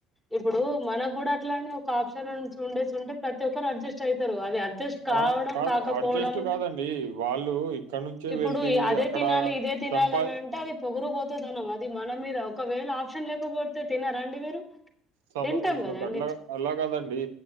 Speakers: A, in the centre; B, on the right.
A: ఇప్పుడు మనకు కూడా అట్లానే ఒక ఆప్షన్ ఉండేసి ఉంటే ప్రతి ఒక్కరు అడ్జెస్ట్ అవుతారు అది అడ్జెస్ట్ కావడం
B: ఆ! కాదు
A: కాకపోవడం
B: అడ్జస్ట్ కాదండి. వాళ్ళు ఇక్కడి నుంచే
A: ఇప్పుడు
B: వెళ్ళి
A: అదే
B: అక్కడ
A: తినాలి ఇదే తినాలని
B: సంపా
A: అంటే అది పొగురు పోతు తనం అది మన మీద ఒకవేళ ఆ క్షన్ లేకపోతే తిన్నారా అండి మీరు
B: సభకు
A: తింటాం కదండి
B: అట్లా అలాగదండి